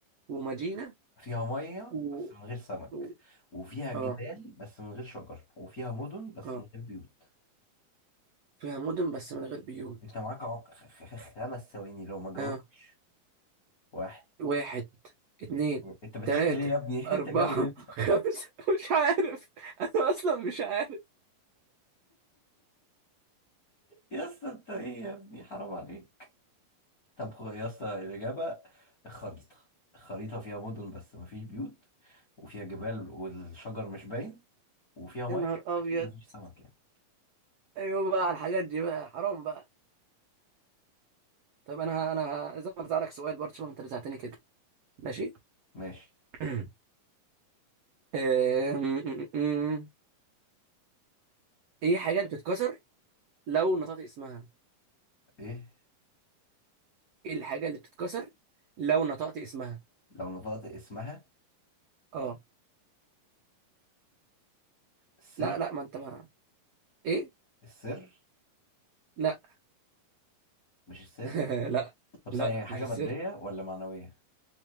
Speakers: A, on the right; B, on the left.
A: ومدينه
B: فيها مية
A: و...
B: بس من غير سمك
A: و...
B: وفيها جبال
A: اه
B: بس من غير شجر وفيها مدن بس
A: اه
B: من غير بيوت
A: فيها مدن بس من غير بيوت
B: انت معاك ع- خ- خ- خمس ثواني لو ما جاوبتش
A: اه
B: واحد
A: واحد اتنين
B: انت بتعد
A: تلاتة
B: ليه يا ابني
A: أربعة
B: <laughs> انت جاوب انت
A: <laughs> خمسة مش عارف أنا أصلا مش عارف
B: يا اسطى انت ايه يا ابني حرام عليك طب خ- يا اسطى الاجابه الخريطه الخريطه فيها مدن بس ما فيش بيوت وفيها جبال والشجر مش باين وفيها ميه
A: يا نهار أبيض
B: اكيد ما فيش سمك يعني
A: أيوة بقى على الحاجات دي بقى حرام بقى طيب أنا أنا لازم أرزع لك سؤال برضه شوف أنت رزعتني كده ماشي
B: ماشي
A: <clears throat> أم- أم- أم. ايه حاجة اللي بتتكسر لو نطقت اسمها
B: ايه
A: ايه الحاجة اللي بتتكسر لو نطقت اسمها
B: لو نطقت اسمها
A: اه
B: السر
A: لا لا ما انت ما ايه
B: السر
A: لا
B: مش السر
A: <laughs> لا
B: طب
A: لا
B: ثانية هي حاجة
A: مش السر
B: مادية ولا معنوية